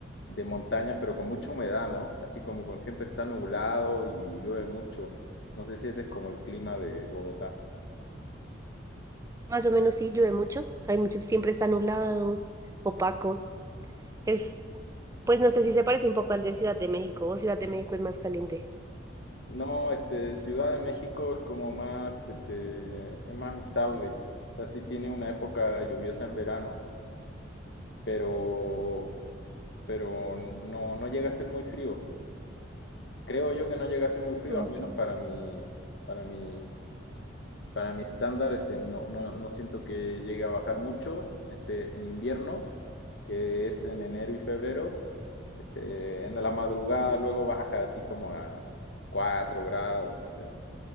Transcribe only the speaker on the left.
de montañas, pero con mucha humedad, ¿no? Así como con siempre está nublado y llueve mucho. No sé si ese es como el clima de Bogotá.
No, este, Ciudad de México es como más, este, es más estable. O sea, sí tiene una época lluviosa en verano, pero, pero no, no llega a ser muy frío. Creo yo que no llega a ser muy frío,
al menos para mi, para mi, para mi estándar, este, no, no, no siento que llegue a bajar mucho, este, en invierno, que es en enero y febrero, este, en la madrugada luego baja así como a 4 grados, no sé,